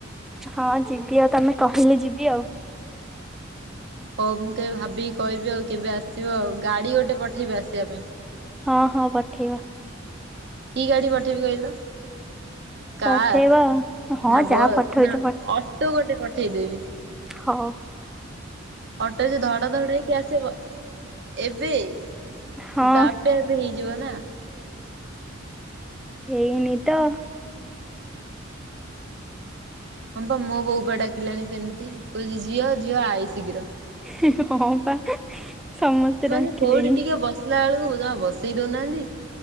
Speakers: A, in the centre; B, on the right (about 55°).
A: ହଁ ଯିବି ଆଉ ତମେ କହିଲେ ଯିବି ଆଉ।
B: ହଉ ମୁଁ କେବେ ଭାବିକି କହିବି ଆଉ କେବେ ଆସିବ ଆଉ ଗାଡି ଗୋଟେ ପଠେଇବି ଆସିବା ପାଇଁ।
A: ହଁ ହଁ ପଠେଇବ।
B: କି ଗାଡି ପଠେଇବି କହିଲ? କାର
A: ପଠେଇବ ଆଉ। ହଁ
B: ନା
A: ଯାହା
B: ବସ୍
A: ପଠଉଛ
B: ନା ଅଟୋ ଗୋଟେ ପଠେଇଦେବି।
A: ହଁ।
B: ଅଟୋ ଯେ ଧଡ ଧଡ ହେଇକି ଆସିବ ଏବେ ସେ
A: ହଁ
B: ତାପ ଆ ହେଇଯିବ ନା।
A: ହେଇନି ତ।
B: ହଁ ବା ମୋ ବୋଉ ବାଆ ଡାକିଲାଣି ସେମିତି କଉଛି ଝିଅ ଝିଅ ଆଇ ଶୀଘ୍ର।
A: ହେଁ ହେଁ ହଁ ପା। ସମସ୍ତେ
B: ମାନେ
A: ଡାକିଲେଣି
B: କୋଉଠି ଟିକେ ବସିଲା ବେଳକୁ ଯାହା ବସେଇ ଦଉନାହାନ୍ତି।